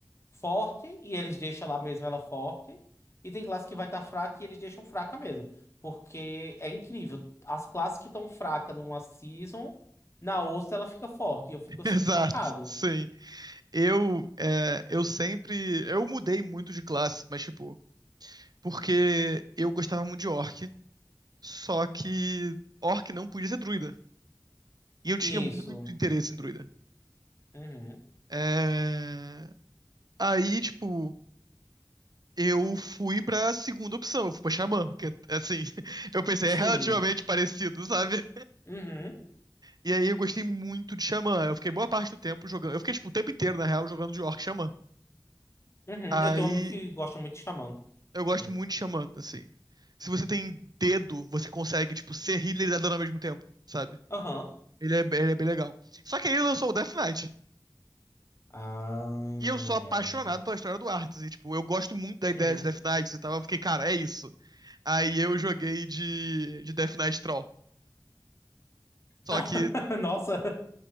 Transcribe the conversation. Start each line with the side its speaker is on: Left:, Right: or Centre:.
Left: forte e eles deixam lá mesmo ela forte. E tem classe que vai estar fraca e eles deixam fraca mesmo. Porque é incrível. As classes que estão fracas numa season, na outra ela fica forte. E eu fico
Right: <laughs>
Left: assim,
Right: exato.
Left: chocado.
Right: Sim. Eu, é, eu sempre. Eu mudei muito de classe, mas tipo. Porque eu gostava muito de orc, só que orc não podia ser druida. E eu tinha
Left: Isso.
Right: muito interesse em druida.
Left: Uhum.
Right: É, Aí, tipo, eu fui pra segunda opção, eu fui pra xamã, que é é assim. <laughs> Eu pensei,
Left: Sim.
Right: é relativamente parecido, sabe?
Left: Uhum.
Right: E aí eu gostei muito de xamã. Eu fiquei boa parte do tempo jogando. Eu fiquei, tipo, o tempo inteiro, na real, jogando de orc e xamã.
Left: Uhum.
Right: Aí
Left: Eu tenho um amigo que gosta muito de Xamã.
Right: Eu gosto
Left: Sim.
Right: muito de Xamã, assim. Se você tem dedo, você consegue, tipo, ser healer e dar dano ao mesmo tempo, sabe?
Left: Aham.
Right: Ele é, ele é bem legal. Só que aí ele lançou o Death Knight.
Left: Ah,
Right: E eu sou apaixonado
Left: é. é.
Right: pela história do Arthas. E, tipo, eu gosto muito da ideia
Left: Uhum.
Right: de Death Knight e tal. Eu fiquei, cara, é isso. Aí eu joguei de, de Death Knight Troll. Só
Left: <laughs>
Right: que,
Left: Nossa.